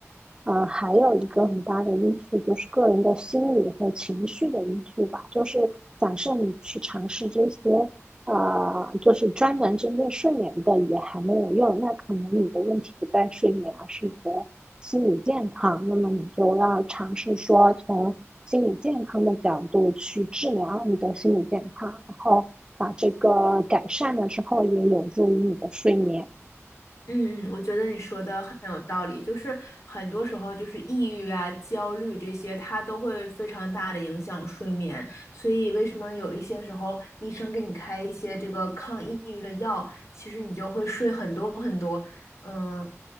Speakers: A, on the right (about 15°); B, on the left (about 75°).
A: 呃，还有一个很大的因素就是个人的心理和情绪的因素吧。就是假设你去尝试这些，呃，就是专门针对睡眠的也还没有用，那可能你的问题不在睡眠，而是你的心理健康。那么你就要尝试说从心理健康的角度去治疗你的心理健康，然后把这个改善了之后，也有助于你的睡眠。
B: 嗯嗯，我觉得你说的很有道理，就是很多时候就是抑郁啊、焦虑这些，它都会非常大的影响睡眠。所以为什么有一些时候医生给你开一些这个抗抑郁的药，其实你就会睡很多很多，嗯，